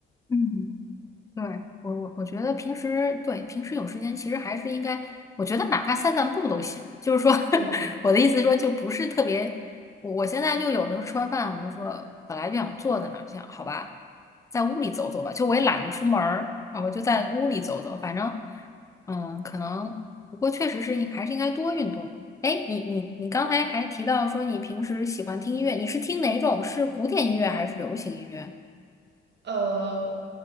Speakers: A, on the left (about 15°); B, on the right (about 60°).
A: 嗯。对，我我我觉得平时对平时有时间，其实还是应该，我觉得哪怕散散步都行。就是说，<laughs>
B: 对对。
A: 我的意思是说，就不是特别。我我现在就有的时候吃完饭，我就说本来就想坐在那儿，就想好吧，在屋里走走吧。就我也懒得出门儿，然后就在屋里走走。反正，嗯，可能不过确实是应还是应该多运动了。哎，你你你刚才还提到说你平时喜欢听音乐，你是听哪种？是古典音乐还是流行音乐？
B: 呃，